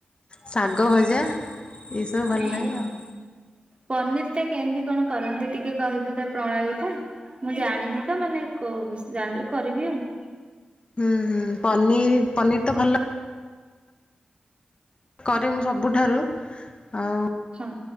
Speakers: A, on the left; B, on the right.
A: ଶାଗ
B: ହୁଁ
A: ଭଜା ଏସବୁ ଭଲ
B: ହୁଁ।
A: ଲାଗେ ଆଉ।
B: ପନିର ଟା କେମିତି କଣ କରନ୍ତି ଟିକେ କହିବେ ତା ପ୍ରଣାଳି ଟା? ମୁଁ ଜାଣିନି ତ ମାନେ କହୁସ ଜାଣିଲେ କରିବି ଆଉ।
A: ହୁଁ ହୁଁ ପନିର ପନିର ତ ଭଲ। କରେ ମୁଁ ସବୁଠାରୁ ଆଉ।
B: ହୁଁ।